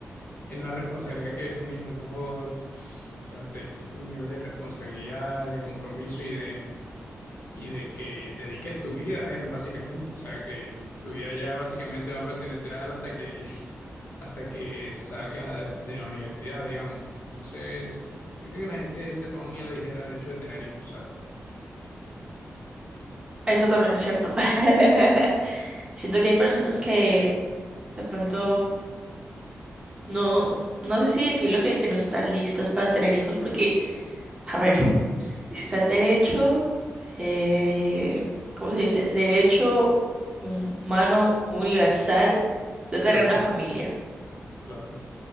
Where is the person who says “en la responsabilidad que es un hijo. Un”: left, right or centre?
Left